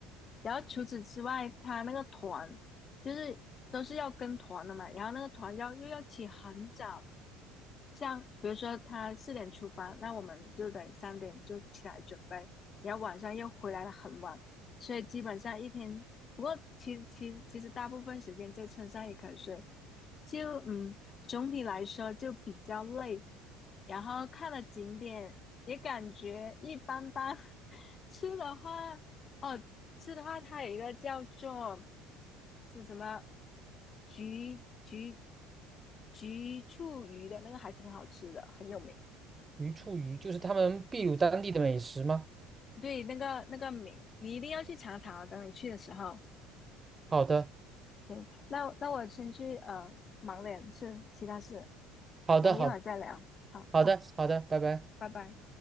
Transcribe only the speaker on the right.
鱼醋鱼就是他们秘鲁当地的美食吗？
好的，
好的，
好的，
好的，好的，拜拜。